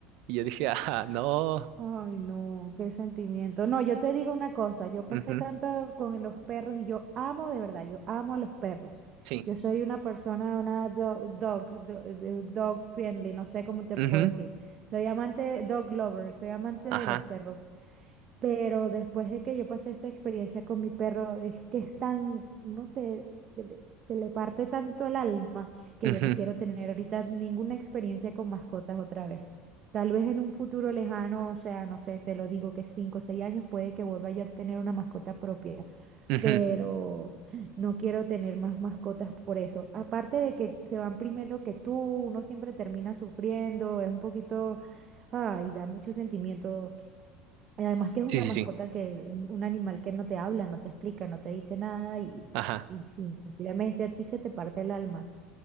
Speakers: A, on the right (about 70°); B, on the right (about 40°).
A: Y yo dije, ah, no.
B: Ay, no, qué sentimiento. No, yo te digo una cosa, yo pasé
A: Ujú,
B: tanto con los perros y yo amo de verdad, yo amo a los perros.
A: sí.
B: Yo soy una persona, una dog, dog, do- eh, dog friendly, no sé cómo te
A: Ujú,
B: puedo decir. Soy amante, dog lover, soy amante
A: Ajá.
B: de los perros. Pero después de que yo pasé esta experiencia con mi perro, es que es tan, no sé, de- de- se le parte tanto el alma que
A: ujú,
B: yo no quiero tener ahorita ninguna experiencia con mascotas otra vez. Tal vez en un futuro lejano, o sea, no sé, te lo digo que cinco o seis años puede que vuelva yo a tener una mascota propia,
A: ujú.
B: pero no quiero tener más mascotas por eso. Aparte de que se van primero que tú, uno siempre termina sufriendo, es un poquito, ay, da mucho sentimiento y además que es una
A: Sí, sí,
B: mascota
A: sí.
B: que, un un animal que no te habla, no te explica, no te dice nada y,
A: Ajá.
B: y simplemente a ti se te parte el alma.